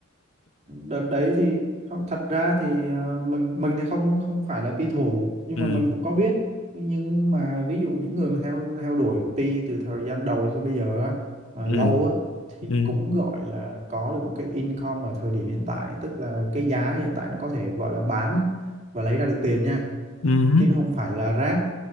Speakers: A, on the right (about 35°); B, on the left (about 80°).
A: đợt đấy thì không thật ra thì ờ, mình mình thì không không phải là pi thủ nhưng
B: ừ
A: mà mình cũng có biết nhưng mà ví dụ những người mà theo theo đuổi pi từ thời gian đầu cho tới bây giờ á mà
B: ừ
A: lâu á thì
B: ừ
A: cũng gọi là có được một cái income ở thời điểm hiện tại tức là cái giá hiện tại nó có thể gọi là bán và lấy ra được tiền nha
B: ừ
A: chứ nó không phải là rác